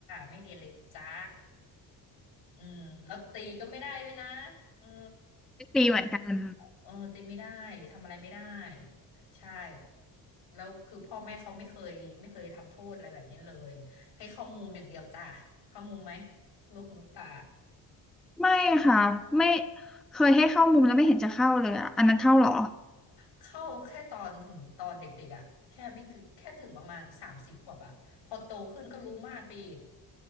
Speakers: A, on the left (about 85°); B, in the centre.
A: ไม่เรียนเลยจ้าอืมแล้วตีก็ไม่ได้ด้วยนะเออ
B: ตีเหมือนกัน
A: เออตีไม่ได้ทำอะไรไม่ได้ใช่แล้วคือพ่อแม่เขาไม่เคยไม่เคยทำโทษอะไรแบบนี้เลยให้เข้ามุมอย่างเดียวจ้าเข้ามุมไหมลูกคุณลูกตา
B: ไม่ค่ะไม่เคยให้เข้ามุมแล้วไม่เห็นจะเข้าเลยอ่ะอันนั้นเข้าเหรอ
A: เข้าแค่ตอนถึงตอนเด็กๆอ่ะแค่ไม่ถึงแค่ถึงประมาณสามสี่ขวบอ่ะพอโตขึ้นก็รู้มากไปอีก